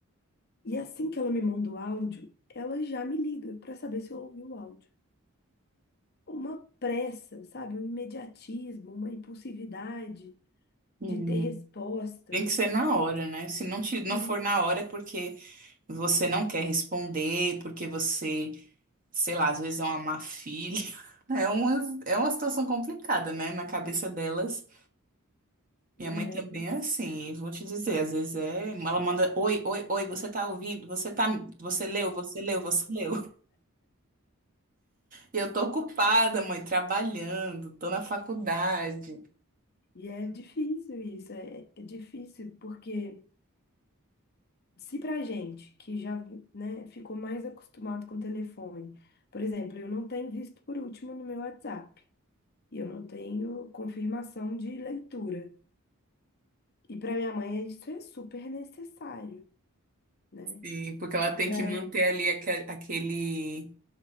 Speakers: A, on the left; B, on the right.
A: E assim que ela me manda o áudio, ela já me liga para saber se eu ouvi o áudio. Uma pressa, sabe? Um imediatismo, uma impulsividade
B: Uhum.
A: de ter respostas.
B: Tem que ser na hora, né? Se não, te, não
A: Sim.
B: for na hora é porque você não quer responder, porque você, sei lá, às vezes é uma má filha. <laughs> É uma, é uma situação complicada, né? Na cabeça delas. Minha
A: Não
B: mãe
A: é?
B: também é assim, e vou te dizer, às vezes é. Ela manda, oi, oi, oi, você tá ouvindo? Você tá, você leu, você leu, você leu. <laughs> E eu tô ocupada, mãe, trabalhando, tô na faculdade.
A: E é difícil isso, é, é difícil porque se pra gente que já, né, ficou mais acostumado com telefone, por exemplo, eu não tenho visto por último no meu WhatsApp e eu não tenho confirmação de leitura. E para minha mãe isso é super necessário, né?
B: Sim, porque ela tem
A: para
B: que manter ali aque- aquele